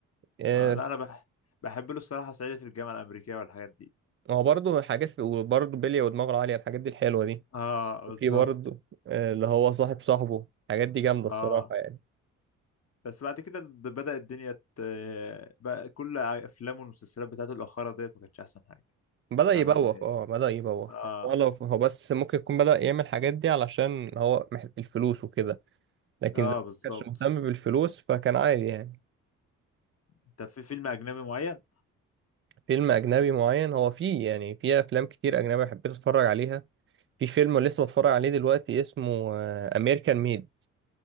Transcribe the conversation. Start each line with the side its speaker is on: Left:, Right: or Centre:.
Right: آه،
Left: آه لا انا بح... بحب له الصراحه صعيدي في الجامعه الامريكيه والحاجات دي
Right: هو برضه حاجات وبرضه بلية ودماغه العالية الحاجات دي الحلوة دي
Left: اه
Right: وفي
Left: بالظبط
Right: برضه آه، اللي هو صاحب صاحبه الحاجات دي جامدة الصراحة
Left: اه
Right: يعني
Left: بس بعد كده د- بدأ الدنيا ت... بقى كل افلامه والمسلسلات بتاعته الاخيره ديت ما كانتش احسن حاجه
Right: بدأ
Left: بتاع
Right: يبوخ
Left: محمد هنيدي
Right: اه بدأ يبوخ
Left: اه
Right: ولا هو لو هو بس ممكن يكون بدأ يعمل الحاجات دي علشان هو محتاج الفلوس وكده لكن
Left: اه
Right: زمان
Left: بالظبط
Right: ما كانش مهتم بالفلوس فكان عادي يعني
Left: انت في فيلم اجنبي معين
Right: فيلم أجنبي معين هو فيه يعني فيه أفلام كتير أجنبي حبيت أتفرج عليها في فيلم لسه بتفرج عليه دلوقتي اسمه امريكان ميد